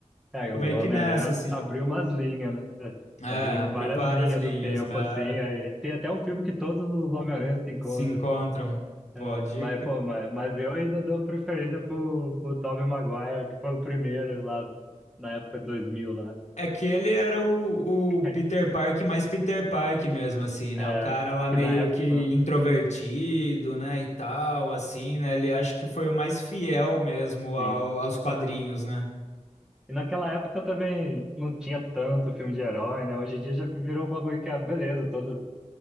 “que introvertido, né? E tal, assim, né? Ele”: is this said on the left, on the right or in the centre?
Left